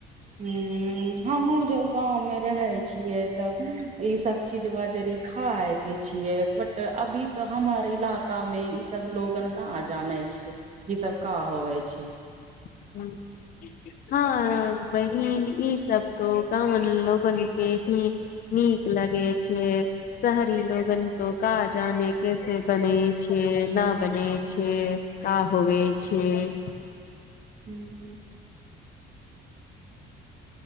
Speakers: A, on the right; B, on the left.
A: हु अ आ हमहुूँ जब गाँवमे रहै छियै। तब ई सब चीज बजड़ खाय के छियै। अभी। तऽ हमारे इलाका में इ। सब लोक। ना जानै छैय ई सब। का। होबै छैय।
B: ह हँ। <unintelligible> बहिन ई सब तो गावन लोगन के ही नीक लगे छै शहरी लोगन तो का जाने कैसे बने। छेना बने। के का होबे छै।
A: हं।